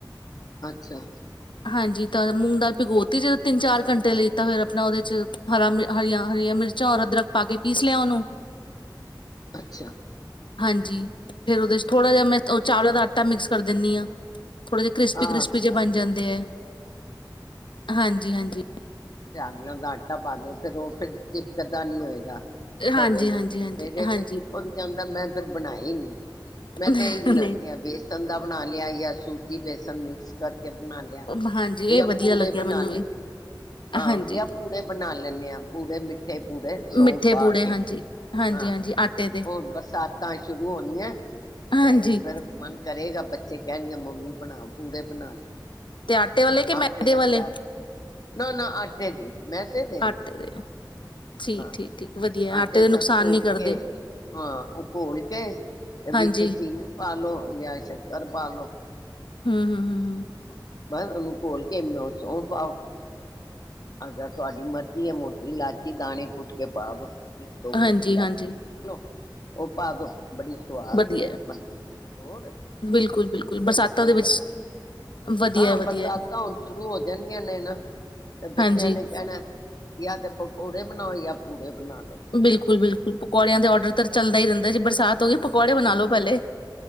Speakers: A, on the left; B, on the left.
A: ਅੱਛਾ।
B: ਹਾਂਜੀ ਤਾਂ ਮੂੰਗ ਦਾਲ ਭਿਗੋਤੀ ਜਦੋਂ, ਤਿੰਨ ਚਾਰ ਘੰਟੇ ਲਈ ਤਾਂ ਫਿਰ ਆਪਣਾ ਉਹਦੇ 'ਚ ਹਰਾ ਮ ਹਰੀਆਂ -ਹਰੀਆਂ ਮਿਰਚਾਂ ਔਰ ਅਦਰਕ ਪਾ ਕੇ ਪੀਸ ਲਿਆ ਉਹਨੂੰ।
A: ਅੱਛਾ।
B: ਹਾਂਜੀ। ਫੇਰ ਉਹਦੇ ਚ ਥੋੜ੍ਹਾ ਜਹਾ ਮੈਂ ਉਹ ਚਾਵਲਾਂ ਦਾ ਆਟਾ ਮਿਕਸ ਕਰ ਦਿੰਨੀ ਹਾਂ ਥੋੜੇ ਜਹੇ ਕ੍ਰਿਸਪੀ
A: ਹਾਂ
B: ਕ੍ਰਿਸਪੀ ਜਹੇ
A: ਬਸ
B: ਬਨ ਜਾਂਦੇ ਹਾਂਜੀ ਹਾਂਜੀ।
A: ਚਾਵਲਾਂ ਦਾ ਆਟਾ ਪਾ ਦਿਓ, ਫਿਰ ਉਹ ਫਿਰ ਚਿਪਕ ਦਾਂ ਨੀ ਹੋਏਗਾ।
B: ਹਾਂਜੀ
A: ਤਵੇ ਨੂੰ
B: ਹਾਂਜੀ ਹਾਂਜੀ
A: ਮੇਰੇ
B: ਹਾਂਜੀ
A: ਤੇ ਚਿਪਕ ਜਾਂਦਾ, ਮੈਂ ਫਿਰ ਬਣਾਈ ਨਹੀਂ ਮੈਂ
B: ਨਹੀਂ
A: ਤੇ ਇਹੀ ਬਣਾਉਨੀ ਆ ਬੇਸਨ ਦਾ ਬਣਾ ਲਿਆ ਯਾ, ਸੂਜੀ -ਬੇਸਨ ਮਿਕਸ ਕਰਕੇ ਕੇ ਬਣਾ ਲਿਆ
B: ਨਹੀਂ ਹਾਂਜੀ ਇਹ
A: ਜਾਂ
B: ਵਧੀਆ
A: ਪੂੜੇ
B: ਲੱਗਿਆ
A: ਬਣਾ
B: ਮੈਨੂੰ
A: ਲੈਣੇ
B: ਵੀ
A: ਹਾਂ
B: ਹਾਂਜੀ
A: ਵਧੀਆ ਪੂੜੇ ਬਣਾ ਲੈਂਦੇ ਹਾਂ, ਪੂੜੇ ਮਿੱਠੇ ਪੂੜੇ ਸੌਂਫ
B: ਮਿੱਠੇ
A: ਪਾ
B: ਪੂੜੇ
A: ਕੇ,
B: ਹਾਂਜੀ ਹਾਂਜੀ
A: ਹਾਂ
B: ਹਾਂਜੀ ਆਟੇ ਦੇ
A: ਹੋਰ ਬਰਸਾਤਾਂ ਸ਼ੁਰੂ ਹੋਣੀਆਂ
B: ਹਾਂਜੀ
A: ਤੇ ਫਿਰ ਕਰੇਗਾ ਬੱਚੇ ਕਹਿਣਗੇ ਮੰਮੀ ਬਣਾ ਪੂੜੇ ਬਣਾ ਲਈਏ
B: ਤੇ ਆਟੇ ਵਾਲੇ ਕਿ ਮੈਦੇ
A: ਅੰਬ ਦੇ
B: ਵਾਲੇ
A: ਅਚਾਰ ਨਾ -ਨਾ ਅੱਟੇ ਦੇ ਮੇਦੇ ਦੇ
B: ਆਟੇ
A: ਨਹੀਂ?
B: ਦੇ ਠੀਕ,
A: ਹਾਂ
B: ਠੀਕ, ਠੀਕ ਵਧੀਆ
A: ਆਟੇ
B: ਦੇ
A: ਚ
B: ਨੁਕਸਾਨ
A: ਘੋਲ
B: ਨੀ ਕਰਦੇ
A: ਕੇ, ਹਾਂ ਉਹ ਘੋਲ ਕੇ,
B: ਹਾਂਜੀ
A: ਵਿੱਚ ਚੀਨੀ ਪਾਲੋ ਜਾਂ ਸ਼ੱਕਰ ਪਾਲੋ
B: ਹਮ -ਹਮ- ਹਮ।
A: ਹਾਂ <inaudible> ਬਸ ਉਹਨੂੰ ਘੋਲ ਕੇ, ਸੌਂਫ ਪਾਓ। ਅਗਰ ਤੁਹਾਡੀ ਮਰਜ਼ੀ ਆ ਮੋਟੀ ਇਲਾਚੀ ਦਾਣੇ ਕੁੱਟ ਕੇ ਪਾ ਦੋ ਇੱਕ ਦੋ ਮੋਟੀ
B: ਹਾਂਜੀ,
A: ਲਾਚੀ
B: ਹਾਂਜੀ
A: ਕੁੱਟ ਦੋ ਉਹ ਪਾਦੋ ਬੜੀ ਸਵਾਦ
B: ਵਧੀਆ
A: ਬਣਦੇ ਨੇ, ਹੋਰ
B: ਬਿਲਕੁਲ, ਬਿਲਕੁਲ
A: ਮੈਂ
B: ਬਰਸਾਤਾਂ
A: ਤਾਂ ਇਸ ਤਰ
B: ਦੇ ਵਿੱਚ
A: ਬ
B: ਵਧੀਆ,
A: ਹਾਂ
B: ਹੈ, ਵਧੀਆ
A: ਬਰਸਾਤਾਂ
B: ਹੈ।
A: ਹੁਣ ਸ਼ੁਰੂ ਹੋ ਜਾਣੀਆਂ ਨੇ ਨਾ ਬੱਚਿਆਂ
B: ਹਾਂਜੀ
A: ਨੇ ਕਹਿਣਾ ਜਾਂ ਤੇ ਪਕੌੜੇ ਬਣਾਓ ਜਾਂ ਪੂੜੇ ਬਣਾ ਲੋ
B: ਬਿਲਕੁਲ -ਬਿਲਕੁਲ ਪਕੌੜਿਆਂ ਦੇ ਔਡਰ ਤਾਂ ਚੱਲਦਾ ਹੀ ਰਹਿੰਦਾ ਜੀ ਬਰਸਾਤ ਹੋ ਗਈ ਪਕੌੜੇ ਬਣਾ ਲੋ ਪਹਿਲੇ